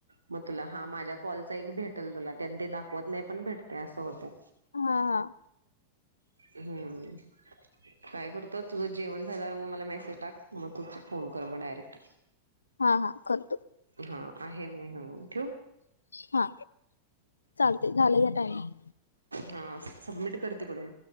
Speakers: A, on the right; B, on the left.
A: मग तुला हा माझ्या कॉलचा एक भेटेल तुला त्यात ते दाखवत नाही, पण भेटतंय असं होतात.
B: हा, हा.
A: हम्म. काय करतो तुझं जेवण झाल्यावर मग मला मेसेज टाक. मग तुच फोन कर मग डायरेक्ट.
B: हा, हा करतो.
A: हा आहे मी <unintelligible>
B: हा चालतंय झालंय घ्या टायमींग.
A: हा सबमिट कर तिकडून.